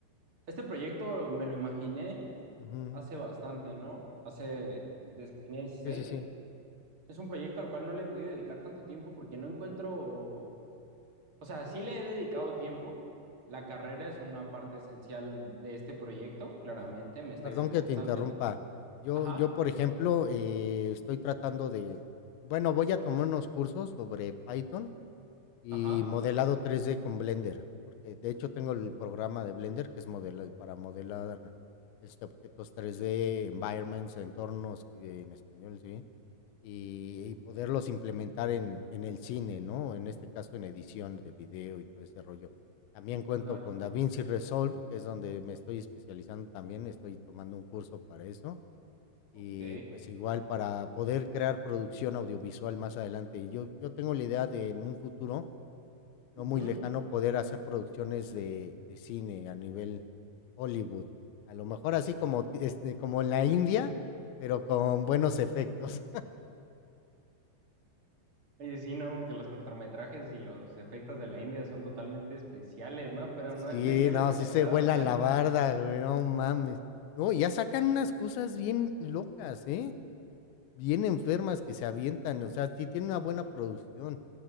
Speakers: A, on the right (about 30°); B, on the left (about 80°).
A: Este proyecto me lo imaginé
B: Ujú.
A: hace bastante, ¿no? Hace, desde que tenía dieciséis.
B: Sí, sí, sí.
A: Es un proyecto al cual no le he podido dedicar tanto tiempo porque no encuentro. O sea, sí le he dedicado tiempo. La carrera es una parte esencial de este proyecto, claramente,
B: Mm.
A: me está
B: Perdón
A: ayudando
B: que
A: bastante.
B: te interrumpa. Yo
A: Ajá,
B: yo, por ejemplo, eh, estoy tratando de bueno, voy a tomar unos cursos sobre Python y
A: ajá,
B: modelado tres d con Blender, porque, de hecho, tengo el programa de Blender, que es modela para modelar, este, objetos tres d environments, entornos, que en español, sí. Y y poderlos implementar en en el cine, ¿no? En este caso, en edición de video y todo ese rollo. También cuento
A: claro,
B: con DaVinci Resolve, que es donde me estoy especializando también, estoy tomando un curso para eso,
A: ok.
B: y, pues, igual para poder crear producción audiovisual más adelante. Y yo yo tengo la idea de, en un futuro no
A: ujú.
B: muy lejano, poder hacer producciones de de cine a nivel Hollywood. A lo mejor así como ti este, como en la India, pero con buenos efectos.
A: Oye, sí, no, porque los cortometrajes y los efectos de la India son totalmente especiales, ¿no? Pero no
B: Sí,
A: especiales
B: no,
A: en
B: sí
A: el
B: se
A: grado.
B: vuelan la barda, güey, no mames. No, ya sacan unas cosas bien locas, ¿eh? Bien enfermas que se avientan, o sea, sí tiene
A: <laughs>
B: una buena producción.